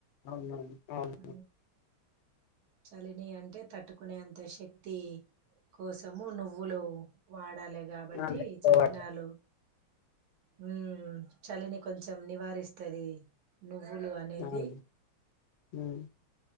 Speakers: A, on the left; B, on the right.
A: అవునవును అవును
B: ఊ చలిని అంటే తట్టుకునేంత శక్తి కోసము నువ్వులు వాడాలె కాబట్టి
A: ఆ, చేసుకోవాలి.
B: చక్కినాలు ఉమ్ చలిని కొంచెం నివారిస్తది నువ్ వ్వులు అనేది
A: అవును ఉమ్